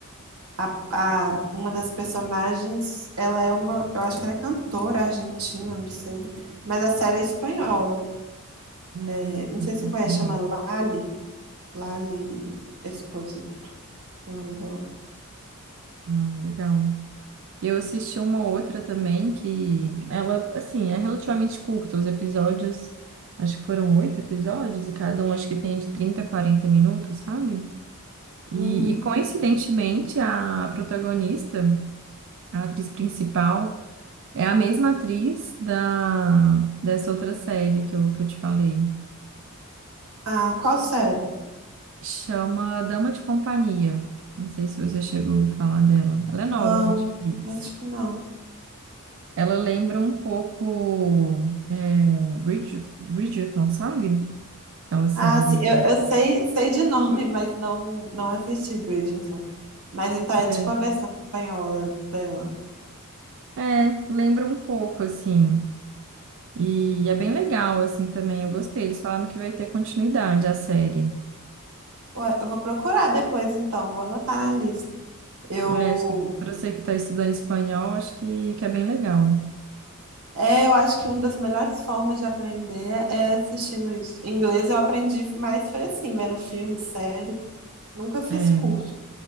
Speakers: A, on the right (about 85°); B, on the right (about 60°).
A: a, a- uma das personagens, ela é uma, eu acho que ela é cantora argentina, não sei, mas a série é espanhola.
B: Hum,
A: É, não sei se
B: entendi.
A: você conhece, chama Lali, Lali Esposito, o nome dela.
B: Ah, legal. Eu assisti uma outra também que ela, assim, é relativamente curta. Os episódios, acho que foram oito episódios, e cada um acho que tem de 30 a 40 minutos, sabe? E,
A: Uhum.
B: e, coincidentemente, a protagonista, a atriz principal, é a mesma atriz da, dessa outra série que eu, que eu te falei.
A: Ah, qual série?
B: Chama Dama de Companhia. Não sei se você chegou a ouvir falar dela. Ela
A: Não,
B: é nova na Netflix.
A: acho que não.
B: Ela lembra um pouco é, Bridget, Bridgerton, sabe? Aquela série.
A: Ah, sim, eu, eu sei, sei de nome, mas não, não assisti Bridgerton. Mas então é tipo
B: É,
A: a versão espanhola dela.
B: é, lembra um pouco, assim. E é bem legal, assim, também. Eu gostei. Eles falaram que vai ter continuidade a série.
A: Ué, eu vou procurar depois, então, vou anotar na lista. Eu,
B: É, acho que para você que está estudando espanhol, acho que, que é bem legal.
A: é, eu acho que uma das melhores formas de aprender é assistindo isso. Em inglês eu aprendi mais, foi assim, vendo filme, série. Nunca fiz
B: É.
A: curso.